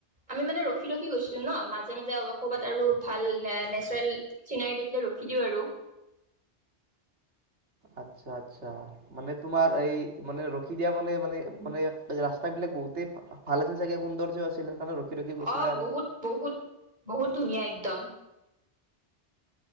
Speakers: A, on the right; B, on the right.
A: আমি মানে ৰখি ৰখি গৈছিলো ন মাজে মাজে ক'বাত আৰু ভাল নেচাৰেল চিনাৰী দেখিলে ৰখি দিওঁ আৰু
B: আচ্ছা আচ্ছা মানে তোমাৰ এই মানে ৰখি দিয়া মানে মানে মানে ৰাস্তা বিলাক বহুতে ভাল আছিল চাগে সৌন্দৰ্য্য আছিল সেইকাৰণে ৰখি ৰখি গৈছিলা
A: অ
B: আৰু
A: বহুত বহুত বহুত ধুনীয়া একদম